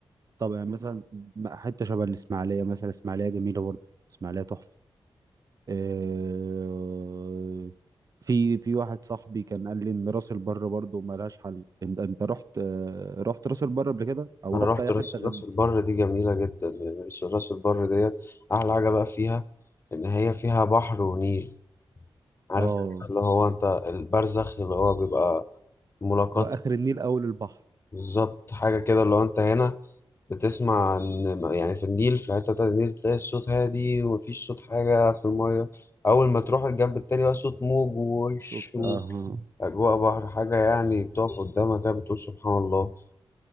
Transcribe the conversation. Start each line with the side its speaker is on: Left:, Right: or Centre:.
Right: طبعا يعني مثلا م- حته شبه الاسماعيليه مثلا الاسماعيليه جميله برضه الاسماعيليه تحفه آه، في في واحد صاحبي كان قال لي ان راس البر برضه ملهاش حل انت انت رحت آه، رحت راس البر قبل كده او
Left: انا
Right: رحت
Left: رحت
Right: اي
Left: راس
Right: حته غير
Left: راس
Right: دي؟
Left: البر دي جميله جدا يعني راس راس البر ديت احلى حاجه بقى فيها ان هي فيها بحر ونيل عارف
Right: اه
Left: أنت اللي هو انت البرزخ اللي هو بيبقى ملاقات
Right: لو اخر النيل اول البحر
Left: بالظبط حاجه كده اللي هو انت هنا بتسمع ان يعني في النيل في الحته بتاعت النيل تلاقي الصوت هادي ومفيش صوت حاجه في الميه اول ما تروح الجنب التاني بقى صوت موج ووش
Right: وبتاع. آه.
Left: واجواء بحر حاجه يعني بتقف قدامها كده بتقول سبحان الله